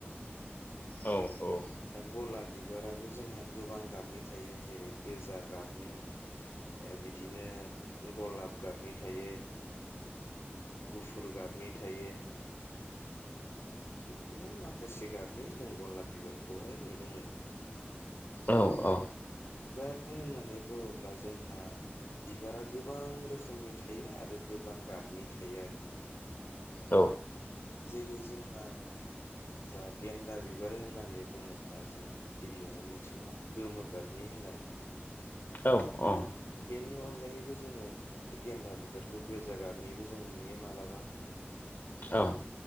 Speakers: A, on the left (about 50°); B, on the left (about 85°).
A: औ औ
B: दा गलाब बिबाराबो जोंहा गोबां गाबनि थायो जेरै गोजा गाबनि ओ बि दिनो गलाब गाबनि थायो गुफुर गाबनि थायो बिदिनो माखासे गाबनि जों गलाब बिबार खौहाय नुनो मोनो।
A: औ औ
B: बार होननानै बुङोब्ला जोंहा बिबारा गोबां रोखोमनि थायो। आरो गोबां गाबनि थायो आरो
A: औ
B: जेरै जोंहा जा गेन्दा बिबार होननानै बुङोब्ला जों गिबियावनो मोनथियोमा गोमो गाबनि होननानै
A: औ औ
B: बेनि अनगायैबो जोङो बे गेन्दा बिबारखौ गोजा गाबनिबो जों नुयो मालाबा
A: औ